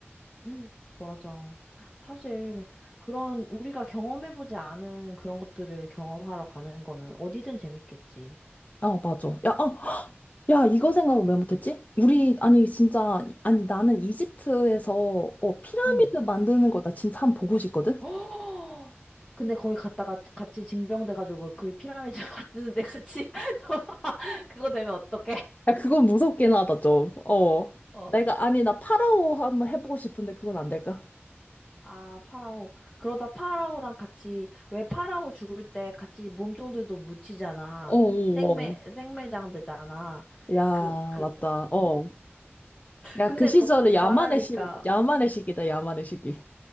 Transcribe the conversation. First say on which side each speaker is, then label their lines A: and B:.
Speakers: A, on the left (about 20°); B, on the left (about 35°).
A: 응, 맞아. 사실 그런 우리가 경험해보지 않은 그런 것들을 경험하러 가는 거면 어디든 재밌겠지.
B: 아, 맞아. 야, 아, 야, 이거 생각을 왜 못했지? 우리, 아니, 진짜, 아니, 나는 이집트에서, 어, 피라미드
A: 응.
B: 만드는 거 나 진짜 한 번 보고 싶거든?
A: <gasps> 어! 근데 거기 갔다가 같이 징병돼가지고 그 피라미드 <laughs> 만드는데 같이 <laughs> 또 그거 되면 어떡해?
B: 야, 그건 무섭긴 하다, 좀. 어.
A: 어.
B: 내가, 아니, 나 파라오 한번 해보고 싶은데 그건 안 될까?
A: 아, 파라오. 그러다 파라오랑 같이, 왜 파라오 죽을 때 같이 몸종들도 묻히잖아.
B: 어, 어,
A: 생매,
B: 어.
A: 생매장 되잖아.
B: 야,
A: 그, 그,
B: 맞다. 어. 야,
A: 근데
B: 그 시절에
A: 그 말하니까,
B: 야만의 시, 야만의 시기다, 야만의 시기.